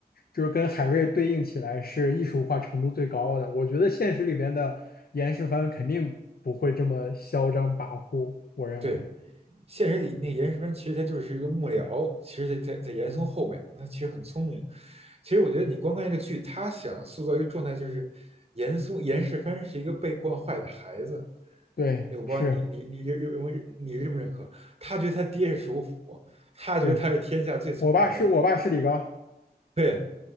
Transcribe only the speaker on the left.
就是跟海瑞对应起来是艺术化程度最高的。我觉得现实里边的严世蕃肯定不会这么嚣张跋扈，我认为，
对，
是
是，我爸是我爸是李刚。